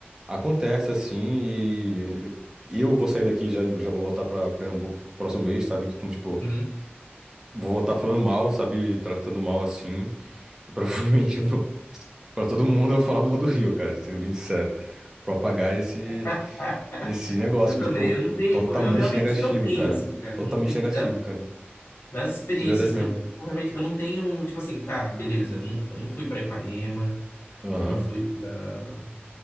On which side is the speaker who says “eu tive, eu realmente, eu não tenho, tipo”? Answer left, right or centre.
Left